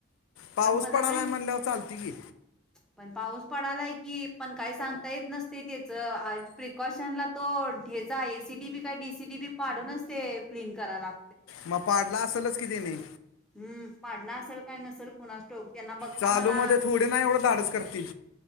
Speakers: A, on the left; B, in the centre.
A: पाऊस
B: पण मला
A: पडालाय
B: काय
A: म्हणल्यावर चालतय की.
B: <inaudible> पण पाऊस पडालाय की पण काही सांगता येत नसतय त्याच प्रिकॉशनला तो तेचा आय सी बी बी काय डी सी बी बी पाडूनच ते अ क्लीन कराय लाग
A: मग पाडला असेलच कि तेनी.
B: हम् पाडला असल काय नसल कुणास ठाऊक. त्यांना बघता
A: चालू
B: मला
A: मध्ये थोडे ना एवढं धाडस करतील.